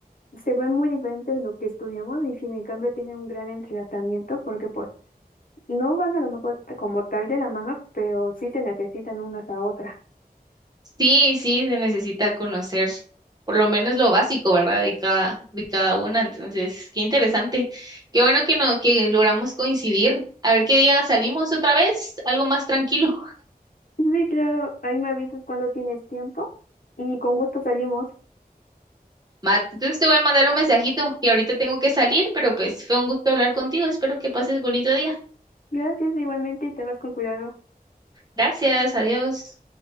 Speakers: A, on the left; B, on the right.
A: se ve muy diferente de lo que estudiamos y sin en cambio tiene un gran entrelazamiento porque pues no van a lo mejor t- como tal de la mano, pero sí se necesitan unas a otras.
B: Sí, sí, se necesita conocer por lo menos lo básico, ¿verdad? De cada, de cada una. Entonces, qué interesante. Qué bueno que no, que logramos coincidir. A ver qué día salimos otra vez, algo más tranquilo.
A: Sí, claro, ahí me avisas cuando tienes tiempo y con gusto salimos.
B: Va, entonces te voy a mandar un mensajito que ahorita tengo que salir, pero pues fue un gusto hablar contigo. Espero que pases bonito día.
A: Gracias igualmente y te vas con cuidado.
B: Gracias, adiós.